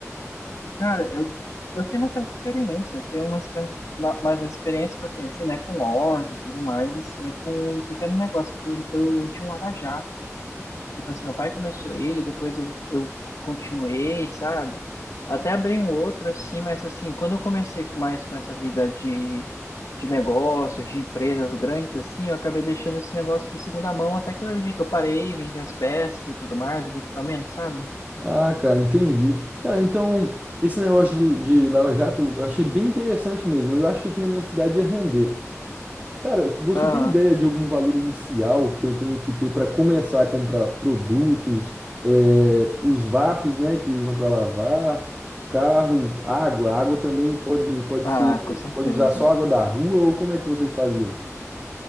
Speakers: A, on the left; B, on the right.
A: Cara, eu, eu tenho uma certa experiência, eu tenho uma, espé- ma- mas a experiência que eu tenho, assim, né, com loja e tudo mais, assim, é com um pequeno negócio. Eu, eu tinha um lava-jato. Tipo assim, meu pai começou ele, depois eu, eu continuei, sabe? Até abri um outro assim, mas assim, quando eu comecei mais com essa vida de, de negócios, de empresas grandes assim, eu acabei deixando esse negócio de segunda mão até que eu, eu parei, vendi as peças e tudo mais, os equipamentos, sabe?
B: Ah, cara, entendi. Cara, então, esse negócio de, de Lava Jato eu achei bem interessante mesmo. Eu acho que aqui na minha cidade ia render. Cara, você
A: Ah,
B: tem ideia de algum valor inicial que eu tenho que ter para começar a comprar produtos, eh, os VAPs, né, que usam para lavar, carro, água? Água também pode, pode
A: ah,
B: ser,
A: com certeza.
B: pode usar só água da rua ou como é que vocês faziam?